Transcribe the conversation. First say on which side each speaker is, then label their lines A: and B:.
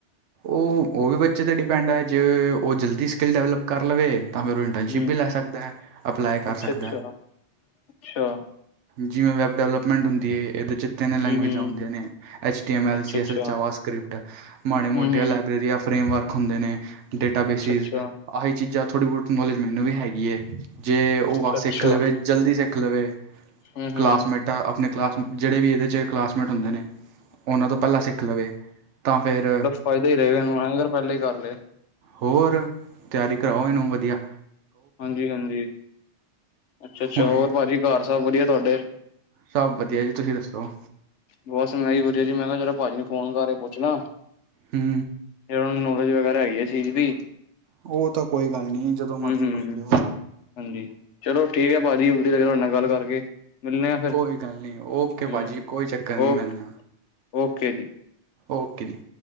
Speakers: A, on the right; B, on the left.
A: ਓ ਉਹ ਵੀ ਬੱਚੇ 'ਤੇ ਡਿਪੈਂਡ ਏ ਜੇ ਉਹ ਜਲਦੀ ਸਕਿੱਲ ਡਿਵਲਪ ਕਰ ਲਵੇ ਤਾਂ ਫਿਰ ਉਹ ਇੰਟਰਨਸ਼ਿਪ
B: ਹੂੰ,
A: ਵੀ ਲੈ ਸਕਦਾ ਅਪਲਾਈ ਕਰ
B: ਅੱਛਾ-ਅੱਛਾ,
A: ਸਕਦਾ
B: ਅੱਛਾ,
A: ਜਿਵੇਂ ਵੈੱਬ ਡਿਵਲਪਮੈਂਟ ਹੁੰਦੀ ਏ ਇਹਦੇ ਚ ਤਿੰਨ ਲੈਂਗੁਏਜਾਂ
B: ਹੂੰ-ਹੂੰ,
A: ਹੁੰਦੀ ਨੇ H T M L,
B: ਅੱਛਾ-ਅੱਛਾ,
A: C H S, ਜਾਵਾ ਸਕ੍ਰਿਪਟ ਮਾੜੇ
B: ਹੂੰ-ਹੂੰ,
A: ਮੋਟੇ ਫਰੇਮ ਵਰਕ ਹੁੰਦੇ ਨੇ ਡੇਟਾ
B: ਅੱਛਾ-ਅੱਛਾ,
A: ਬੇਸਿਸ ਆਹੀ ਚੀਜ਼ਾਂ ਥੋੜ੍ਹੀ ਬਹੁਤੀ ਨੋਲੇਜ ਮੈਨੂੰ ਵੀ ਹੈਗੀ ਏ ਜੇ ਉਹ
B: ਅੱਛਾ-ਅੱਛਾ,
A: ਆ ਸਿੱਖ ਲਵੇ ਜਲਦੀ ਸਿੱਖ ਲਵੇ
B: ਹੂੰ-ਹੂੰ,
A: ਕਲਾਸਮੇਟ ਤਾਂ ਆਪਣੇ ਕਲਾਸਮੇਟ ਜਿਹੜੇ ਵੀ ਇਹਦੇ 'ਚ ਕਲਾਸਮੇਟ ਹੁੰਦੇ ਨੇ ਉਹਨਾਂ ਤੋਂ ਪਹਿਲਾਂ ਸਿੱਖ ਲਵੇ ਤਾਂ ਫ਼ੇਰ
B: ਫ਼ਾਇਦਾ ਹੀ ਰਹੇਗਾ ਹਨਾ ਅਗਰ ਪਹਿਲੇ ਕਰ ਲੇ
A: ਹੋਰ ਤਿਆਰੀ ਕਰਾਓ ਇਹਨੂੰ ਵਧੀਆਂ
B: ਹਾਂਜੀ ਹਾਂਜੀ ਅੱਛਾ ਅੱਛਾ
A: ਹੁਣੇ
B: ਹੋਰ ਭਾਜੀ ਘਰ ਸਭ ਵਧੀਆਂ ਤਾਂਡੇ
A: ਸਭ ਵਧੀਆਂ ਜੀ ਤੁਸੀਂ ਦੱਸੋਂ?
B: ਬਸ ਮੈਂ ਵਧੀਆਂ ਜੀ ਮੈਂ ਕਿਹਾ ਚਲੋ ਭਾਜੀ ਨੂੰ ਫ਼ੋਨ ਕਰ ਪੁੱਛਲਾ
A: ਹੂੰ
B: ਇਹਨੂੰ ਨੌਲੇਜ ਵਗੈਰਾ ਹੈਗੀ ਏ ਚੀਜ਼ ਦੀ
A: ਉਹ ਤਾਂ ਕੋਈ ਗੱਲ ਨੀ ਜਦੋਂ ਮਰਜ਼ੀ
B: ਹੂੰ-ਹੂੰ,
A: ਪੁੱਛ ਲਿਓ
B: ਹਾਂਜੀ ਚਲੋ ਠੀਕ ਆ ਭਾਜੀ ਵਧੀਆਂ ਲੱਗਿਆ ਤਾਡੇ ਨਾਲ਼ ਗੱਲ ਕਰਕੇ ਮਿਲਣੇ ਆ ਫਿਰ,
A: ਕੋਈ ਗੱਲ ਨੀ ਓਕੇ
B: ਹੂੰ,
A: ਭਾਜੀ ਕੋਈ ਚੱਕਰ ਨੀ
B: ਓਕੇ,
A: ਮਿਲਣੇ
B: ਓਕੇ ਜੀ।
A: ਓਕੇ ਜੀ।